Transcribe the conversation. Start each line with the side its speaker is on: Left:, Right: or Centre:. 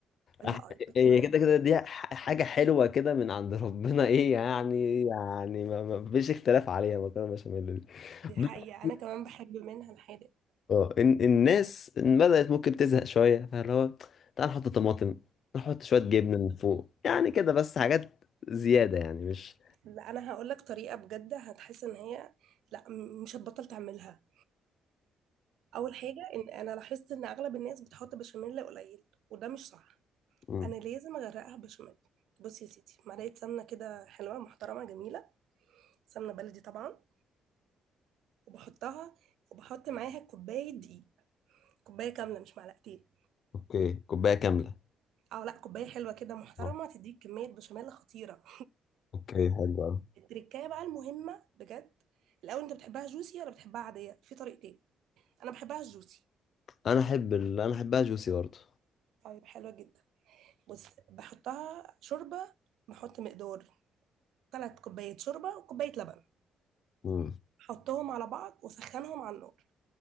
Right: حلوه
Left: أح-
Right: قوي بس
Left: هي
Right: انا
Left: كده كده دي ح- حاجه حلوه كده من عند ربنا ايه يعني يعني ما ما فيش اختلاف عليها المكرونه البشاميل دي
Right: دي
Left: بس-
Right: حقيقه انا كمان بحب منها الحادق
Left: اه إن- الناس بدأت ممكن تزهق شوية فاللي هو تعال نحط طماطم نحط شوية جبنة من فوق يعني كده بس حاجات زيادة يعني مش
Right: لا انا هقول لك طريقه بجد هتحس ان هي لا م- مش هتبطل تعملها اول حاجه ان انا لاحظت ان اغلب الناس بتحط بشاميل قليل وده مش صح
Left: مم.
Right: انا لازم اغرقها بشاميل بصي يا سيدي معلقه سمنه كده حلوه محترمه جميله سمنه بلدي طبعا وبحطها وبحط معاها كوبايه دقيق كوبايه كامله مش معلقتين
Left: اوكي كوباية كاملة
Right: اه لا كوبايه حلوه كده محترمه
Left: آه.
Right: تديك كميه بشاميل خطيره
Left: اوكي حلو أوي.
Right: التركايه بقى المهمه بجد الاول انت بتحبها جوسي ولا بتحبها عاديه في طريقتين انا بحبها جوسي
Left: انا احب ال... انا احبها جوسي برضه
Right: طيب حلوه جدا بص بحطها شوربه بحط مقدار ثلاث كوبايات شوربة وكوباية لبن
Left: مم.
Right: حطهم على بعض وسخنهم على النار